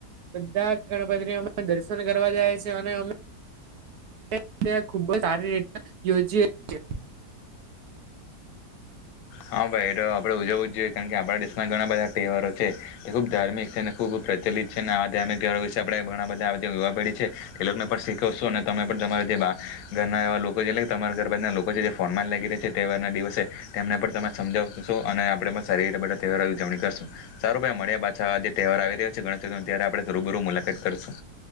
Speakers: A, on the right; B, on the left.
A: બધા ગણપતિઓ માં દર્શન કરવા જાય છે અને અમે ખુબ જ સારી રીતના યોજીએ છીએ
B: હા ભાઈ એ આપણે ઉજવું જ જોઈએ કારણ કે આપણા દેશમાં ઘણા બધા તહેવારો છે તે ખૂબ ધાર્મિક છે અને ખૂબ લીધેલી જ છે ને આ વિશે આપણે ઘણા બધા યુવા પેઢી છે તેમને પણ શીખવશું અને તમે પણ તમારા જેમ આ ઘરના એવા લોકો છે જે તમારા ઘરબાર ના લોકો છે જે ફોન માં લાગી રહ્યા છે તહેવાર ના દિવસે તેમને પણ સમજાવશું અને આપણે શેરી માં તહેવારો ની ઉજવણી કરશું સારું ભાઈ મળ પાછા જે તહેવાર આવી રહ્યો છે <unintelligible> તયારે આપણે ત રૂબરૂ મુલાકાત કરશું.